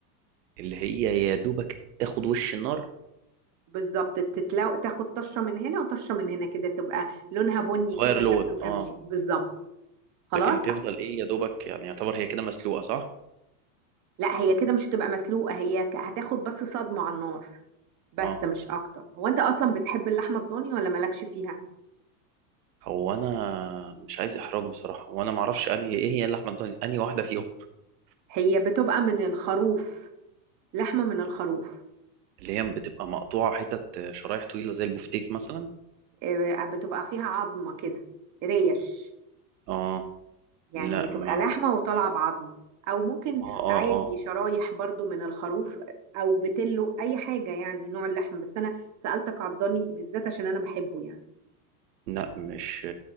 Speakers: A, on the right (about 75°); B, on the right (about 35°).
A: اللي هي يا دوبك تاخد وش النار
B: بالظبط تتلو... تاخد طشه من هنا وطشه من هنا كده تبقى لونها بني
A: تغير
B: كده شكله
A: لون
B: جميل
A: اه
B: بالظبط خلاص
A: لكن تفضل ايه يا دوبك يعني يعتبر هي كده مسلوقه صح
B: لا هي كده مش هتبقى مسلوقة هي ك- هتاخد بس صدمة على النار بس
A: اه
B: مش اكتر هو انت اصلا بتحب اللحمة الضاني ولا مالكش فيها
A: هو انا مش عايز احراج بصراحه وانا ما اعرفش انهي ايه هي اللحمه الضاني انهي واحده فيهم <laughs>
B: هي بتبقى من الخروف لحمة من الخروف
A: اللي هي بتبقى مقطوعه حتت شرايح طويله زي البفتيك مثلا
B: آه، بتبقى فيها عظمة كده ريش
A: اه
B: يعني
A: لا
B: بتبقى
A: ما
B: لحمة وطالعة بعظمة او ممكن
A: اه اه
B: عادي
A: اه
B: شرايح برضو من الخروف او بتلو اي حاجة يعني نوع اللحم بس انا سألتك على الضاني بالذات عشان انا بحبه يعني
A: لا مش